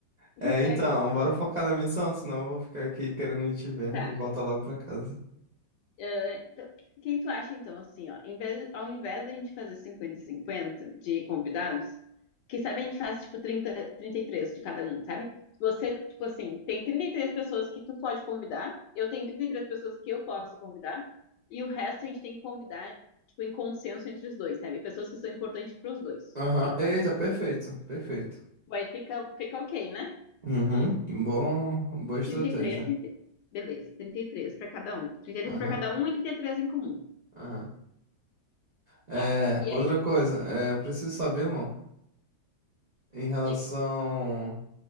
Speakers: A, on the left; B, on the right.
A: Mas
B: É, então,
A: é-
B: bora focar na missão, senão eu vou ficar aqui querendo ir te ver
A: Tá.
B: e voltar logo pra casa.
A: Então, Quem tu acha, então, assim, ó, em vez- ao invés da gente fazer 50-50 de convidados, que sabe a gente faz, tipo, 30, 33 de cada um, sabe? Você, tipo assim, tem 33 pessoas que tu pode convidar, eu tenho 33 pessoas que eu posso convidar, e o resto a gente tem que convidar, tipo, em consenso entre os dois, sabe? Pessoas que são importantes para os dois.
B: Aham.
A: O que que
B: Eita,
A: tu acha?
B: perfeito, perfeito.
A: Vai, fica, fica ok, né?
B: Uhum, bom, boa estratégia.
A: 33, 33. Beleza, 33 para cada um. 33
B: Aham,
A: para cada um e 33 em comum.
B: aham. É,
A: Tá. E
B: outra
A: aí,
B: coisa, é, eu preciso saber, mano, em relação
A: diga.